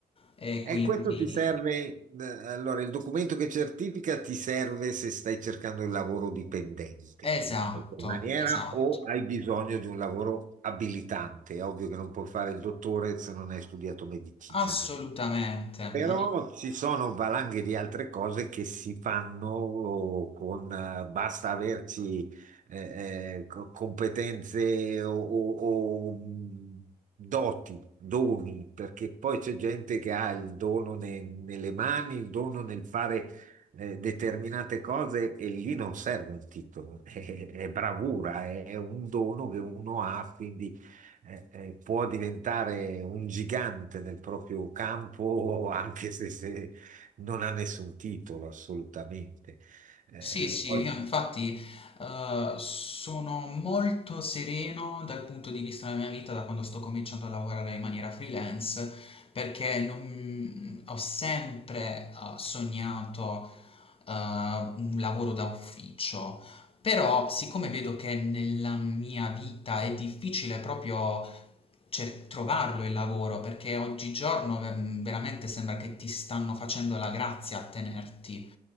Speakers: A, on the left; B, on the right.
A: e quindi
B: E questo ti serve, eh, allora il documento che certifica ti serve se stai cercando il lavoro dipendente
A: esatto,
B: in qualche maniera
A: esatto,
B: o hai bisogno di un lavoro abilitante. È ovvio che non puoi fare il dottore se non hai studiato medicina.
A: assolutamente. Mm,
B: Però ci sono valanghe di altre cose che si fanno oh, con, eh, basta averci eh, eh, co- competenze o, o- o, mh, doti, doni, perché poi c'è gente che ha il dono ne- nelle mani, il dono nel fare eh, determinate cose e lì non serve un titolo, <laughs> è, è bravura, è, è un dono che uno ha, quindi eh, eh, può diventare un gigante nel proprio campo, <laughs> anche se, se non ha nessun titolo, assolutamente. Eh,
A: Sì, sì,
B: poi
A: io infatti eh, sono molto sereno dal punto di vista della mia vita da quando sto cominciando a lavorare in maniera freelance perché non- ho sempre eh, sognato eh, un lavoro da ufficio. Però, siccome vedo che nella mia vita è difficile proprio cer- trovarlo il lavoro, perché oggigiorno ve- veramente sembra che ti stanno facendo la grazia a tenerti,